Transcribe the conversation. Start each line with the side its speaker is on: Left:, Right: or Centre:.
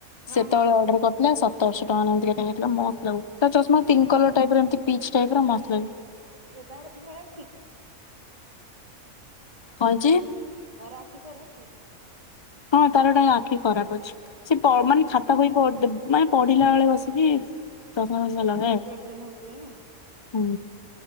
Right: ହଁ
Left: ସେତବେଳେ
Right: ହଁ ହଁ
Left: ଅର୍ଡର କରିଥିଲା ସତରଶ ଟଙ୍କାନା ଏମିତି କେତେ ନେଇଥିଲା ମସ୍ତ୍ ଲାଗୁ୍ଚି ତା ଚସ୍ମା ପିଙ୍କ୍ କଲର
Right: ହୁଁ
Left: ଟାଇପର ଏମତି। ପିଚ୍ ଟାଇପ ର ମସ୍ତ୍ ଲାଗେ।
Right: ମୁଁ ତାର ଖି ଖରାପକି।
Left: କଁ ହେଇଚି?
Right: ତାର ଆଖି ଖରାପ କି?
Left: ହଁ ତାର ଗୋଟେ ଆଖି ଖରାପ ଅଛି ସେ ପ ମାନେ
Right: ଓ
Left: ଖାତା ବହି ପଦ ବ୍ ମାନେ ପଢିଲା ବେଳେ ବସିକି ଚଷମା ଫସମା
Right: ଓହୋ
Left: ଲଗାଏ।
Right: ପ୍ରୋବ୍ଲେମ ହଉଥିବ ନା
Left: ହୁଁ।